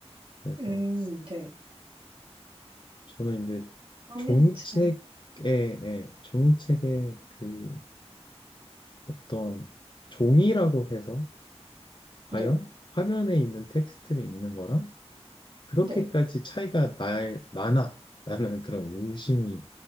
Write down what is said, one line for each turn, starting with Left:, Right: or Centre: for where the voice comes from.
Left: 그래서
Right: 음, 네.
Left: 저는 이제
Right: 화면의
Left: 종이책에,
Right: 차이.
Left: 예, 종이책의 그 어떤 종이라고 해서
Right: 네,
Left: 과연 화면에 있는 텍스트를 읽는 거랑 그렇게까지
Right: 네.
Left: 차이가 날, 나나? 라는 그런 의심이